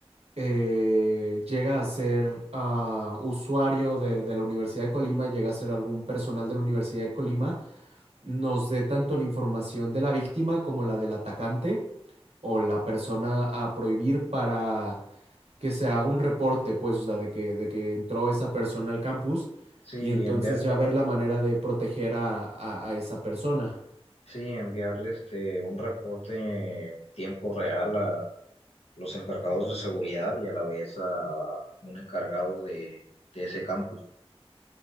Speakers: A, on the right; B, on the left.
A: eh, llega a ser ah, usuario de, de la Universidad de Colima, llega a ser algún personal de la Universidad de Colima, nos dé tanto la información de la víctima como la del atacante o la persona a prohibir para que se haga un reporte, pues, o sea, de que, de que entró esa persona al campus
B: Sí,
A: y entonces
B: enviar,
A: ya ver la manera de proteger a a- a esa persona.
B: sí, enviar este, un reporte en tiempo real a los encargados de seguridad y a la vez a un encargado de, de ese campus.